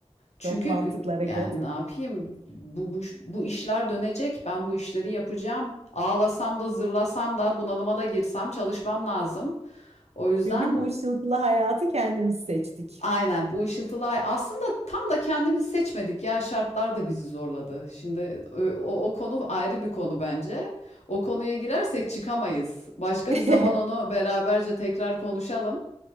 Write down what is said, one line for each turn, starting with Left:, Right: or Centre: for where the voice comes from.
Left: Çünkü
Right: Çok mantıklı
Left: g-
Right: hareket.
Left: yani ne yapayım bu, bu, ş- bu işler dönecek ben bu işleri yapacağım. Ağlasam da zırlasam da bunalıma da girsem çalışmam lazım. O yüzden
Right: Çünkü bu ışıltılı hayatı kendimiz seçtik.
Left: Aynen bu ışıltılı ay aslında tam da kendimiz seçmedik ya şartlar da bizi zorladı. Şimdi ö- o, o konu ayrı bir konu bence. O konuya girersek çıkamayız. Başka
Right: <laughs>
Left: bir zaman onu beraberce tekrar konuşalım.